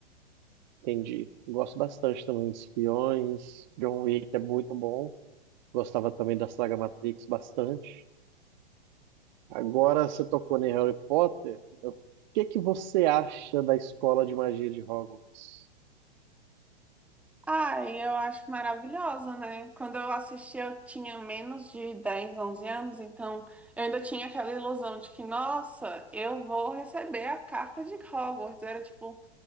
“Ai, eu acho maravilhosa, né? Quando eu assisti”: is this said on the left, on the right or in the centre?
Centre